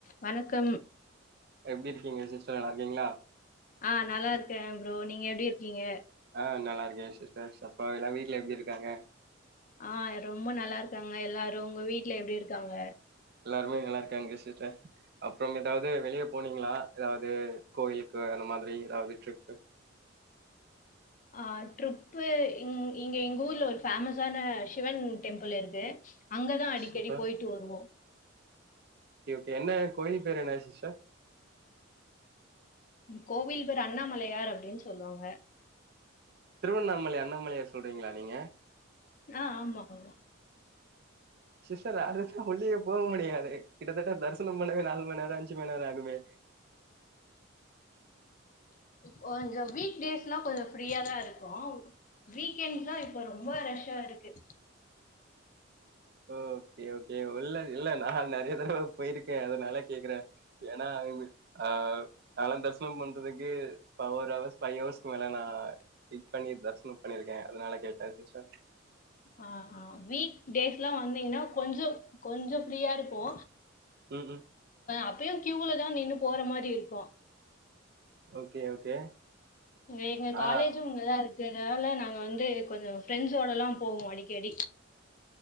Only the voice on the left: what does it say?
வணக்கம்
ஆ நல்லா இருக்கே ப்ரோ நீங்க எப்டி இருக்கீங்க
ஆ ரொம்ப நல்லா இருக்காங்க எல்லாரு உங்க வீட்டுல எப்படி இருக்காங்க
ஆ ட்ரிப்பு இங்க எங்க ஊர்ல ஒரு பேஃமஸ் ஆன சிவன் டெம்பிள் இருக்கு அங்கதா அடிக்கடி
போயிட்டு வருவோ
கோவில் பேர் அண்ணாமலையார் அப்டின்னு சொல்லுவாங்க
ஆ ஆமா ஆமா
கொஞ்சம் வீக்டேஸ்லா கொஞ்ச ஃப்ரீயா தா இருக்கு வீக்கெண்ட்ஸ் தா இப்ப ரொம்ப ரஷ்ஷா இருக்கு
ஆ ஆ வீக் டேஸ்லா வந்தீங்கன்னா கொஞ்ச கொஞ்ச ஃப்ரீயா இருக்கு
அப்பயும் கியூல தா நின்னு போற மாதிரி இருக்கு
எங்க
காலேஜும் இங்கதா இருக்கு அதனால நாங்க வந்து கொஞ்ச ஃப்ரெண்ட்ஸோடல்லா போவோ அடிக்கடி